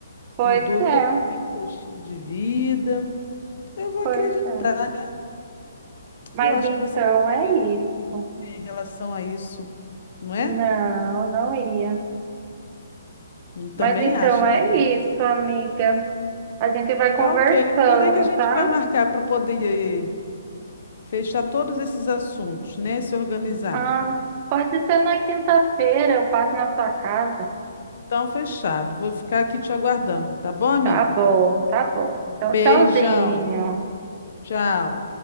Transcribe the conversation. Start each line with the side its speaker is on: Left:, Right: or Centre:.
Right: pois
Left: mudou
Right: é.
Left: totalmente seu estilo de vida, eu vou acreditar,
Right: Pois é.
Left: né?
Right: Mas
Left: Eu acho
Right: então
Left: que você não ia
Right: é
Left: me
Right: isso.
Left: mentir né, em relação a isso, não é?
Right: Não, não ia.
Left: Eu Também
Right: Mas então
Left: acho,
Right: é
Left: né, amiga?
Right: isso, amiga. A gente vai conversando,
Left: Tá ok. Quando é que a gente
Right: tá?
Left: vai marcar para poder Fechar todos esses assuntos, né? Se organizar.
Right: Ah, pode ser na quinta-feira, eu passo na sua casa.
Left: Então, fechado. Vou ficar aqui te aguardando, tá bom, amiga?
Right: Tá bom, tá bom. Então,
Left: Beijão.
Right: tchauzinho.
Left: Tchau.